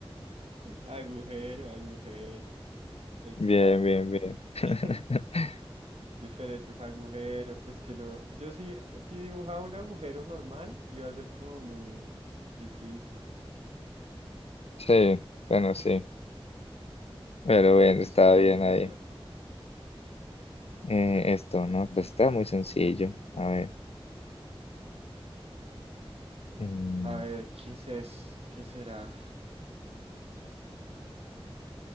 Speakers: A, on the right; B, on the left.
A: Agujero, agujero, exacto.
B: Bien, bien, bien. <laughs>
A: <laughs> diferentes agujeros. Es que no, yo sí, si dibujaba un agujero normal, iba a ser como muy difícil,
B: Sí, bueno, sí. Pero
A: un poco
B: bueno,
A: difícil
B: estaba
A: de
B: bien
A: adivinar.
B: ahí. Eh, esto, ¿no? Pues está muy sencillo. A ver. Mm,
A: A ver, ¿qué es es- ¿Qué será?